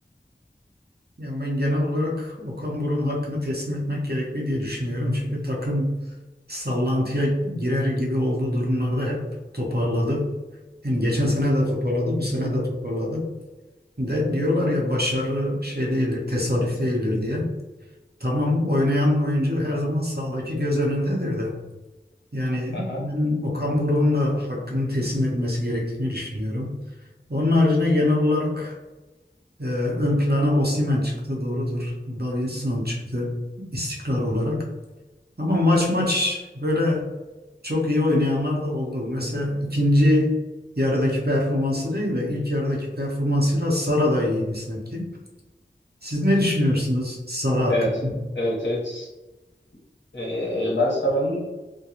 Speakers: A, on the right (about 60°); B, on the left (about 80°).
A: Yani ben genel olarak Okan Buruk'un hakkını teslim etmek gerekli diye düşünüyorum. Çünkü takım sallantıya girer gibi olduğu durumlarda hep toparladı. Yani geçen sene de toparladı, bu sene de toparladı. De diyorlar ya başarılı şey değildir, tesadüf değildir diye. Tamam oynayan oyuncu her zaman sahadaki göz önündedir de. Yani
B: Aha.
A: ben Okan Buruk'un da hakkını teslim etmesi gerektiğini düşünüyorum. Onun haricinde genel olarak e, ön plana Osimhen çıktı doğrudur. Davinson çıktı istikrar olarak. Ama maç maç böyle çok iyi oynayanlar da oldu. Mesela ikinci yarıdaki performansı değil de ilk yarıdaki performansıyla Sara da iyiydi sanki. Siz ne düşünüyorsunuz Sara hakkında?
B: Evet. Evet, evet. Ee, ben Sara'nın